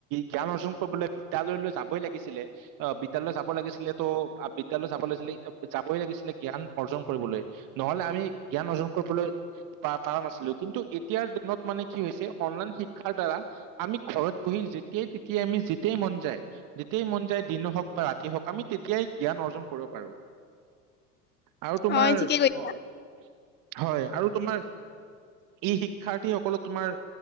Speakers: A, on the right (about 40°); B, on the left (about 20°).
A: জ্ঞান অৰ্জন কৰিবলৈ বিদ্যালয়লৈ যাবই লাগিছিলে। অ', বিদালয়লৈ যাব লাগিছিলে ত' বিদালয়লৈ যাব লাগিছিলে যাবই লাগিছিলে, জ্ঞান অৰ্জন কৰিবলৈ। নহ'লে আমি জ্ঞান অৰ্জন কৰিবলৈ বা পাৰা নাছিলোঁ কিন্তু এতিয়াৰ দিনত মানে কি হৈছে, অনলাইন শিক্ষাৰ দ্বাৰা আমি ঘৰত বহি যেতিয়াই, তেতিয়াই আমি যেতিয়াই মন যায় যেতিয়াই মন যায় দিন হওঁক বা ৰাতি হওঁক আমি তেতিয়াই জ্ঞান অৰ্জন কৰিব পাৰোঁ। আৰু তোমাৰ
B: হয় ঠিকে কৈছা
A: অ', হয়, আৰু তোমাৰ এই শিক্ষাৰ্থী সকলো তোমাৰ